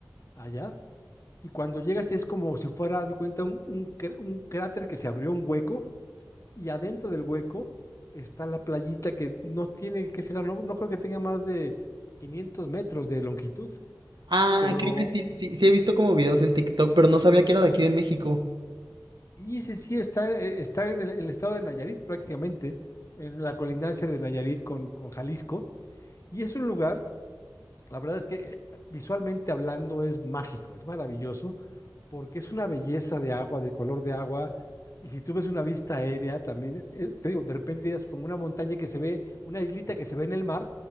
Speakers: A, on the left (about 45°); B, on the right (about 85°).
A: allá, y cuando llegas es como si fuera, haz de cuenta, un, un cr- un cráter que se abrió un hueco y adentro del hueco está la playita que no tiene que ser, no, no creo que tenga más de 500 metros de longitud,
B: Ah,
A: pero
B: creo que sí, sí, sí he visto como videos en TikTok, pero no sabía que era de aquí de México.
A: y sí sí está, eh, está en el, el estado de Nayarit prácticamente, en la colindancia de Nayarit con, con Jalisco, y es un lugar, la verdad es que eh, visualmente hablando es mágico, es maravilloso, porque es una belleza de agua, de color de agua. Y si tú ves una vista aérea, también, eh, te digo, de repente es como una montaña que se ve, una islita que se ve en el mar,